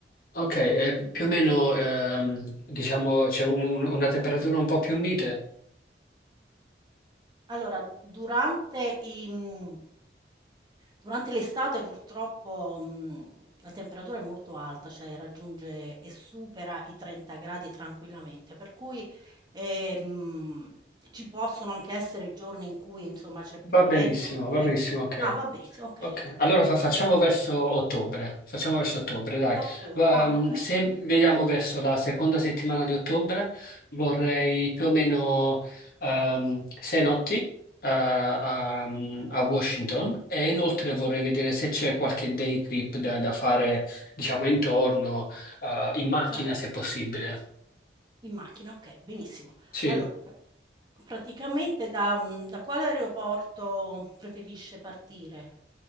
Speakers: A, on the left; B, on the right.
A: ok, e più o meno, ehm, diciamo, c'è un- una temperatura un po' più mite.
B: Allora, durante i mhmm durante l'estate purtroppo, mhmm, la temperatura è molto alta, cioè raggiunge e supera i 30 C tranquillamente, per cui, ehm, ci possono anche essere giorni in cui insomma c'è più
A: Va
B: vento
A: benissimo,
B: oppure
A: va benissimo, ok.
B: ah va benissimo, okay.
A: Ok, allora fa- facciamo
B: Al
A: verso ottobre, facciamo verso ottobre, dai.
B: ottob
A: Va,
B: ah
A: ehm,
B: okay,
A: se vediamo verso la seconda settimana di ottobre, vorrei più o meno ehm, sei notti eh, a, mm,
B: okay,
A: a Washington e inoltre vorrei vedere se c'è qualche day trip da, da fare, diciamo, intorno, eh, in macchina
B: certo.
A: se possibile.
B: In macchina, okay, benissimo.
A: Sì,
B: Allora, praticamente da mhmm, da quale aeroporto preferisce partire?